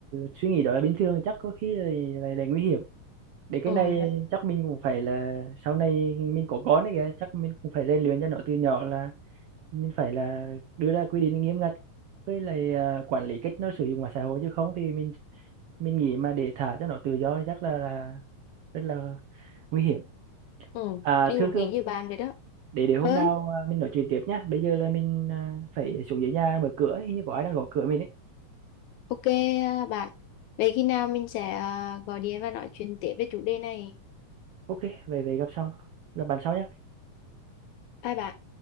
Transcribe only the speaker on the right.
suy nghĩ đó là bình thường chắc có khi là, là, là nguy hiểm để cái
này chắc mình cũng phải là sau này mình có con đấy kìa chắc mình cũng phải rèn luyện cho nó từ nhỏ là mình phải là đưa ra quy định nghiêm ngặt với lại à, quản lý cách nó sử dụng mạng xã hội chứ không thì mình mình nghĩ mà để thả cho nó tự do chắc là là rất là nguy hiểm
à
thương
thương
để để hôm
nào à, mình nói chuyện tiếp nhá bây giờ là mình à, phải xuống dưới nhà mở cửa hình như có ai đang gõ cửa mình ấy
ok về về gặp sau gặp bạn sau nhá